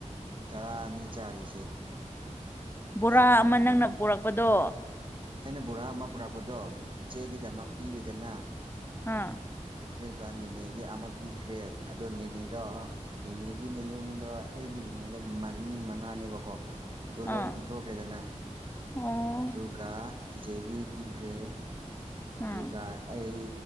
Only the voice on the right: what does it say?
ꯆꯔꯥ ꯑꯅꯤ ꯆꯥꯔꯤꯁꯦ
ꯆꯥꯕ ꯉꯝꯗꯦꯕ
ꯑꯩꯅ ꯕꯣꯔꯥ ꯑꯃ ꯄꯨꯔꯛꯄꯗꯣ ꯏꯆꯦꯒꯤꯗꯃꯛ ꯄꯤꯔꯦꯗꯅ
ꯑꯗꯨꯒ ꯅꯦꯅꯦꯒꯤ ꯑꯃ ꯄꯤꯈ꯭ꯔꯦ ꯑꯗꯣ ꯅꯦꯅꯦꯗꯣ ꯅꯦꯅꯦꯒꯤ ꯃꯌꯨꯝꯗꯣ ꯑꯩꯒꯤ ꯅꯦꯅꯦꯗꯣ ꯃꯔꯤ ꯃꯉꯥꯅꯦꯕꯀꯣ ꯑꯗꯨ ꯂꯣꯏ
ꯄꯤꯊꯣꯛꯈ꯭ꯔꯦꯗꯅ
ꯑꯗꯨꯒ ꯆꯤꯖꯦꯒꯤ ꯄꯤꯈ꯭ꯔꯦ
ꯑꯗꯨꯒ ꯑꯩ